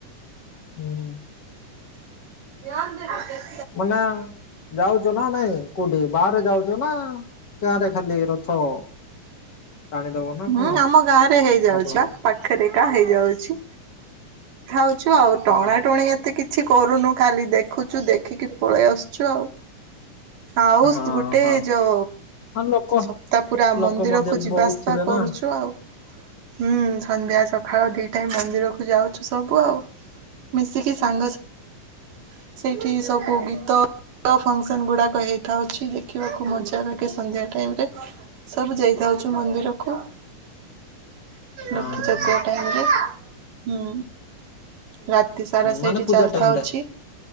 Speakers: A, on the left (about 55°); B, on the right (about 80°).
A: ହୁଁ।
B: <unintelligible>
A: ମନା ଯାଉଛ ନା ନାଇଁ କୋଉଠି ବାହାରେ ଯାଉଛ ନା ଗାଁ ରେ ଖାଲି ରଥ? ଟାଣିଦବ ନା
B: ହୁଁ
A: କଣ
B: ଆମ ଗାଁ ରେ ହେଇଯାଉଛି
A: ଆପଣଙ୍କର?
B: ପା ପାଖେରେ ଏକା ହେଇଯାଉ ଛି ଖାଉଛୁ ଆଉ ଟଣା
A: ହଁ
B: ଟ ପୁଣି ଏତେ କିଛି କରୁନୁ ଖାଲି ଦେଖୁଛୁ ଦେଖିକି ପଳେଇ ଆସୁଛୁ ଆଉ। ହାଉସ୍
A: ହଁ
B: ଗୁଟେ
A: ହଁ
B: ଯଉ।
A: ହଁ ଲୋକ
B: ସପ୍ତା ପୁରା
A: ଲୋକ
B: ମନ୍ଦିର
A: ମଧ୍ୟ
B: କୁ ଯିବା
A: ବହୁତ
B: ଆସିବା
A: ଥିବେ
B: କରୁଛୁ
A: ନା
B: ଆଉ। ହୁଁ ସନ୍ଧ୍ୟା ସକାଳ ଦି ଟାଇମ୍ ମନ୍ଦିରକୁ ଯାଉ ଛୁ ସବୁ ଆଉ ମିଶିକି ସାଙ୍ଗସା ସେଇଠି ସବୁ ଗୀତ ତ ଫଙ୍କସନ୍ ଗୁଡାକ ହେଇଥାଉଛି ଦେଖିବାକୁ ମଜା ଲାଗେ ସନ୍ଧ୍ୟା ଟାଇମ୍ ରେ। ସବୁ ଯେଇଥାଉଛୁ ମନ୍ଦିରକୁ।
A: <inaudible>
B: ନଖିଯାତିଆ
A: ହଁ
B: ଟାଇମ୍ ରେ ହୁଁ। ରାତି ସାରା ସେଇଠି
A: ମାନେ ପୂଜା
B: ଚାଲ୍ଥା
A: ଟାଇମ
B: ଅଛି
A: ରେ